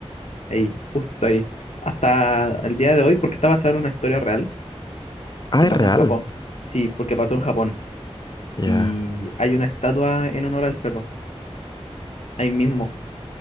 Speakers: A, on the left; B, on the left.
A: ahí, justo ahí, hasta el día de hoy, porque está basada en una historia real
B: Ah,
A: que
B: es
A: pasó
B: real.
A: en Japón. Sí, porque pasó en Japón.
B: Ya,
A: Y hay una estatua en honor al perro, ahí mismo.